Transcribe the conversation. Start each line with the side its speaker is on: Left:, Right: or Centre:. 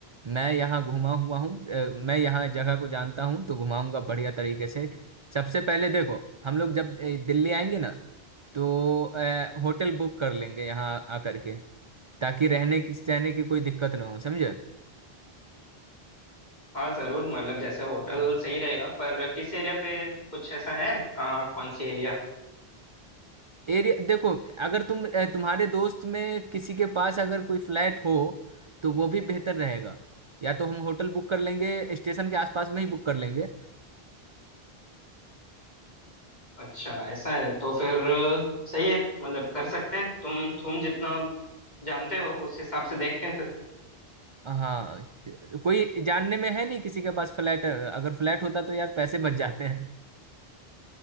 Right: मैं यहाँ घुमा हुआ हूँ अ, मैं यहाँ जगह को जानता हूँ तो घुमाऊंगा बढ़िया तरीके से सबसे पहले देखो हम लोग जब अ, दिल्ली आएंगे ना तो अ, होटल बुक कर लेंगे यहाँ आकर के ताकि रहने की सहने की कोई दिक्कत ना हो समझे
Left: हाँ जरूर मतलब जैसे होटल सही रहेगा पर किस एरिया पे कुछ ऐसा है कहाँ कौन सी एरिया
Right: एरिया देखो अगर तुम अ, तुम्हारे दोस्त में किसी के पास अगर कोई फ्लैट हो तो वो भी बेहतर रहेगा या तो हम होटल बुक कर लेंगे स्टेशन के आसपास में ही बुक कर लेंगे
Left: अच्छा ऐसा है तो फिर सही है मतलब कर सकते हैं तुम तुम जितना जानते हो उस हिसाब से देखते हैं फिर
Right: हाँ कोई जानने में है नहीं किसी के पास फ्लैट अगर फ्लैट होता तो यार पैसे बच जाते हैं